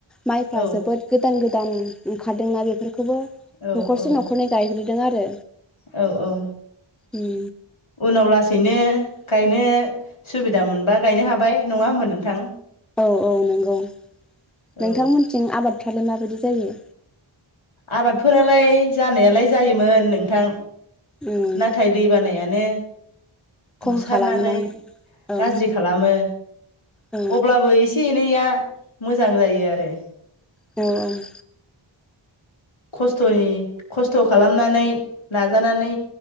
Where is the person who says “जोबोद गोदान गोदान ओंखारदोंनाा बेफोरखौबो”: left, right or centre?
Centre